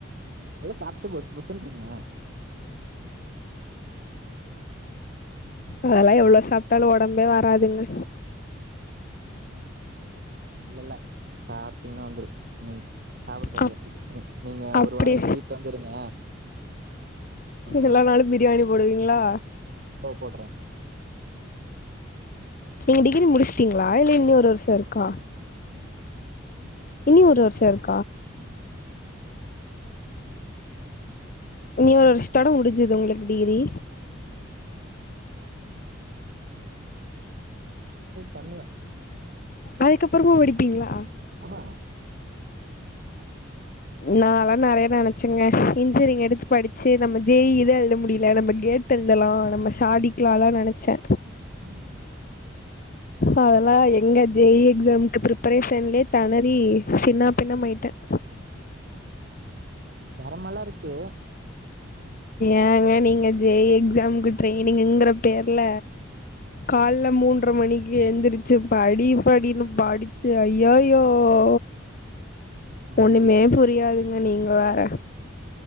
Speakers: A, on the right; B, on the left.
A: அதல்லா சாப்ட்டு பொசு பொசுனு இருங்க
B: அதெல்லா எவ்ளோ சாப்ட்டாலு ஒடம்பே வராதுங்க
A: இல்லல்ல சாப்ட்டிங்கனா வந்துரு ம் சாப்பட தெர்லயாட்ருக்குது
B: அப்
A: ம் நீங்க
B: அப்டி
A: ஒரு வார எங்க வீட்ல வந்து இருங்க ம்
B: எல்லா நாளு பிரியாணி போடுவிங்களா
A: கூபுட்ர
B: நீங்க டிகிரி முடிச்சுட்டீங்களா இல்ல இன்னி ஒரு வருஷோ இருக்கா
A: இங்கிரிப்பரசு
B: இனி ஒரு வருஷம் இருக்
A: உம்
B: இனி ஒரு வருஷதோட முடி ஞ்சது உங்களுக்கு டிகிரி
A: <inaudible> பண்ணுவேன்
B: அதுக்கப்பறமு படிப்பீங்களா
A: ஆமா
B: நான்ல்லாம் நிறைய நினைச்சேங்க இன்ஜினியரிங் எடுத்து படிச்சு நம்ம ஜே ய் தா எழுத முடியல நம்ம டெட் எழுதலாம் நம்ம சாதிக்கலாம்ல்லாம் நினைச்சேன்
A: உம்
B: அதெல்லாம் எங்க ஜேஇ எக்ஸாம்கு ப்ரிப்பரேஷன்லே திணறி சின்னா பின்னமாயிட்டேன்
A: திறமல்லா இருக்கு
B: எ ங்க நீங் ஜே எக்ஸாம்க்கு ட்ரேயனிங்கற தேர்ல கால் ல மூன் அறை மணிக்கு ஏந்திருச்சு படி படினு படிச்சு ஐயய்யோ ஓ
A: ஆ
B: ஒண்ணுமே புரியாதுங்க நீங்க வேற